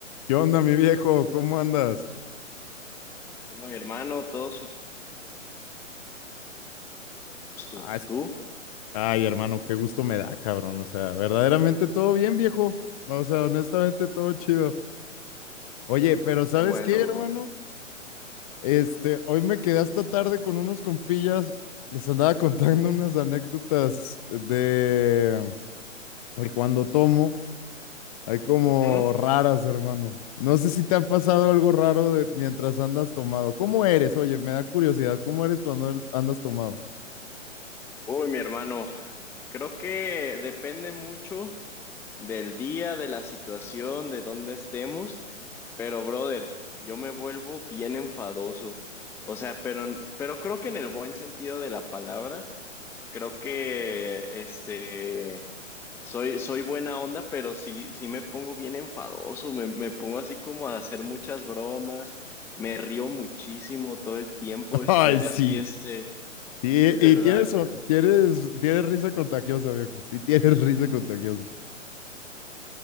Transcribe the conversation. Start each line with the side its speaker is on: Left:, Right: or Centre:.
Left: ¿Qué onda, mi viejo? ¿Cómo andas?
Centre: Anda, mi hermano, todo su gusto.
Left: Ah, es-
Centre: ¿Tú?
Left: Ay, hermano, qué gusto me da, cabrón. O sea, verdaderamente todo bien, viejo. O sea, honestamente todo chido. Oye, pero ¿sabes
Centre: Qué bueno,
Left: qué, hermano?
Centre: bro.
Left: Este, hoy me quedé hasta tarde con unos compillas. Les andaba <laughs> contando unas anécdotas de, de cuando tomo. Hay como
Centre: Ujú.
Left: raras, hermano. No sé si te ha pasado algo raro de mientras andas tomado. ¿Cómo eres? Oye, me da curiosidad. ¿Cómo eres cuando eres- andas tomado?
Centre: Uy, mi hermano, creo que depende mucho del día, de la situación, de dónde estemos, pero brother, yo me vuelvo bien enfadoso. O sea, pero, pero creo que en el buen sentido de la palabra, Creo que este soy, soy buena onda, pero sí, sí me pongo bien enfadoso, me, me pongo así como a hacer muchas bromas, me río muchísimo todo el tiempo,
Left: <laughs>
Centre: estoy
Left: Ay, sí,
Centre: así, este,
Left: Y,
Centre: <laughs> ¿verdad?
Left: y tienes, son- tienes, tienes risa contagiosa, viejo. Sí, <laughs> tienes risa contagiosa.